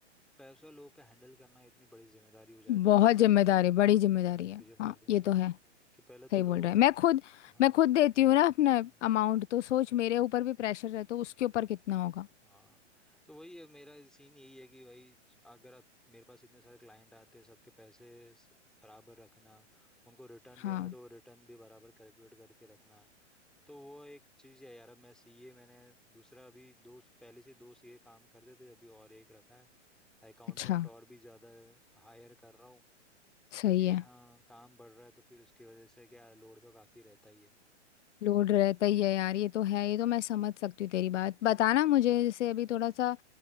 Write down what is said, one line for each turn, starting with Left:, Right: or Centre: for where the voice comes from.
Centre: पैसा लोगों का हैंडल करना इतनी बड़ी जिम्मेदारी हो जाती
Left: बहुत
Centre: है ना
Left: जिम्मेदारी बड़ी जिम्मेदारी है
Centre: तुझे
Left: हाँ
Centre: मालूम
Left: ये
Centre: ही है
Left: तो है
Centre: कि पहले तो
Left: सही
Centre: लोग
Left: बोल रहा है मैं खुद
Centre: हाँ
Left: मैं खुद देती हूँ ना अपना
Centre: हम्म
Left: अमाउंट तो सोच मेरे ऊपर भी प्रेशर है तो उसके ऊपर
Centre: हम्म,
Left: कितना होगा
Centre: हाँ तो वही है मेरा सीन यही है कि भाई ज- अगर आत- मेरे पास इतने सारे क्लाइंट आते हैं सबके पैसे स- बराबर रखना उनको रिटर्न
Left: हाँ
Centre: देना है तो रिटर्न भी बराबर कैलकुलेट करके रखना तो वो एक चीज़ है यार अब मैं सीए मैंने दूसरा अभी दो पहले से दो सीए काम करते थे अभी और एक रखा है अकाउंटेंट
Left: अच्छा
Centre: और भी ज़्यादा हायर कर रहा हूँ
Left: सही
Centre: क्योंकि
Left: है
Centre: हाँ काम बढ़ रहा है तो फिर उसकी वजह से क्या लोड तो काफ़ी रहता ही है
Left: लोड रहता ही है यार ये तो है ये तो मैं समझ सकती हूँ तेरी बात बताना मुझे जैसे अभी थोड़ा सा